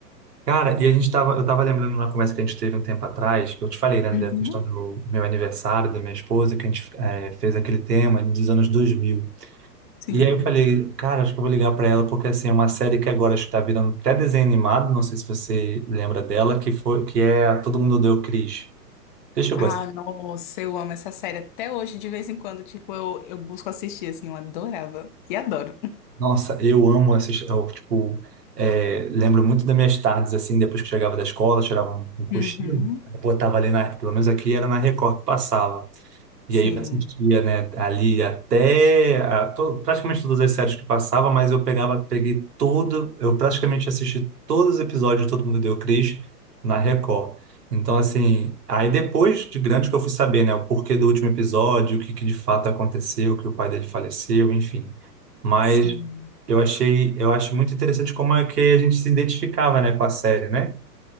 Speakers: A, on the right; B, on the left.
A: Cara, e a gente tava, eu tava lembrando de uma conversa que a gente teve um tempo atrás, que eu te falei, né,
B: Uhum.
A: da questão do meu, meu aniversário, da minha esposa, que a gente eh, fez aquele tema dos anos 2000.
B: Sim.
A: E aí eu falei, cara, acho que eu vou ligar pra ela, porque assim, é uma série que agora acho que tá virando até desenho animado, não sei se você lembra dela, que foi, que é Todo Mundo Odeia o Chris. Você chegou
B: Ah,
A: a
B: nossa, eu amo essa série até hoje, de vez em quando, tipo, eu, eu busco assistir, assim, eu adorava. E adoro.
A: Nossa, eu amo essas, eu, tipo, é, lembro muito das minhas tardes, assim, depois que chegava da escola, tirava um, um cochilo,
B: Uhum.
A: eu botava ali, na, pelo menos aqui era na Record que passava. E
B: Sim,
A: aí eu assistia, né, ali até a- to- praticamente todas as séries que passava, mas eu pegava, peguei todo, eu praticamente assisti todos os episódios de Todo Mundo Deu Cris na Record. Então, assim, aí depois de grande que eu fui saber, né, o porquê do último episódio, o que que de fato aconteceu, que o pai dele faleceu, enfim. Mas
B: sim.
A: eu achei, eu acho muito interessante como é que a gente se identificava, né, com a série, né?